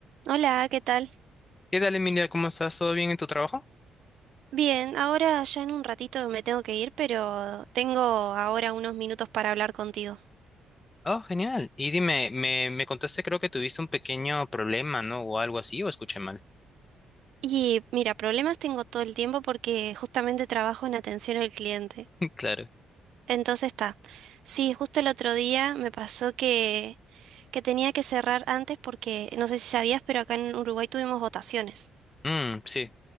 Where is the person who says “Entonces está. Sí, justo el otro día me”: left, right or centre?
Right